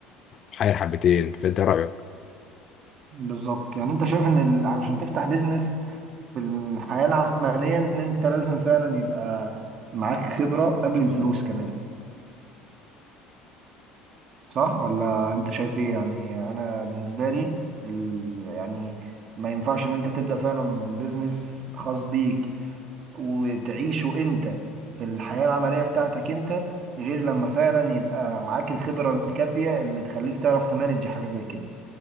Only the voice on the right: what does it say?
بالظبط يعني انت شايف ان ال... علشان تفتح بيزنس في الحياة العملية ان انت لازم فعلا يبقى معاك خبرة قبل الفلوس كمان صح ولا انت شايف ايه يعني انا بالنسبه لي ال... يعني ما ينفعش ان انت تبدا فعلا بيزنس خاص بيك وتعيشه انت في الحياه العمليه بتاعتك انت غير لما فعلا يبقى معاك الخبره الكافيه اللي تخليك تعرف تمانج حاجه زي كده